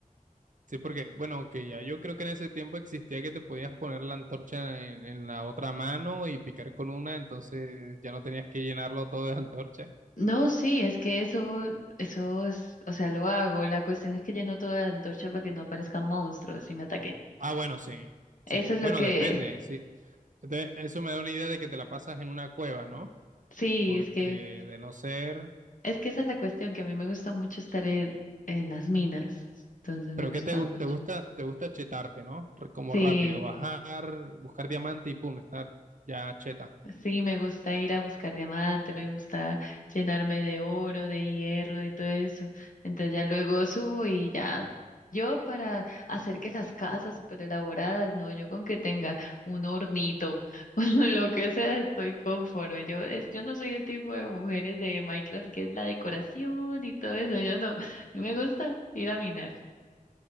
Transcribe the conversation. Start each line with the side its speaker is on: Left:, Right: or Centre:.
Right: sí, porque, bueno, que ya yo creo que en ese tiempo existía que te podías poner la antorcha en, en la otra mano y picar con una, entonces ya no tenías que llenarlo todo de antorcha.
Left: No, sí, es que eso, eso es, o sea, lo hago. La cuestión es que lleno toda la antorcha para que no aparezcan monstruos y me ataquen.
Right: Ah, bueno, sí,
Left: Eso
Right: sí,
Left: es
Right: bueno,
Left: lo que,
Right: depende, sí. Entonces, eso me da una idea de que te la pasas en una cueva, ¿no?
Left: sí,
Right: Porque
Left: es que,
Right: de no ser...
Left: es que esa es la cuestión, que a mí me gusta mucho estar en, en las minas. Entonces
Right: Pero
Left: me gusta
Right: qué te, gu-
Left: mucho.
Right: te gusta, te gusta chetarte, ¿no? Re- Como
Left: Sí,
Right: rápido, bajar, buscar diamante y pum, estar ya cheta.
Left: Sí, me gusta ir a buscar diamante, me gusta llenarme de oro, de hierro, de todo eso. Entonces ya luego subo y ya yo para hacer que las casas súper elaboradas, no, yo con que tenga un hornito <laughs> o lo que sea, estoy conforme. Yo, es, yo no soy el tipo de mujeres de Minecraft que es la decoración y todo eso, yo no. Me gusta ir a minar.